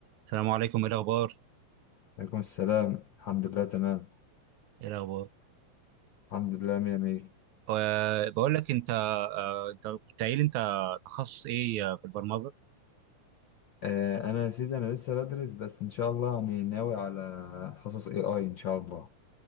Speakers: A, on the right; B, on the left.
A: السلام عليكم ايه الاخبار
B: عليكم السلام الحمد لله تمام
A: ايه الاخبار
B: الحمد لله مية مية
A: أه بقول لك انت أه انت كنت قايل انت تخصص ايه آه، في البرمجه
B: آه أنا يا سيدي أنا لسه بدرس بس إن شاء الله يعني ناوي على تخصص AI إن شاء الله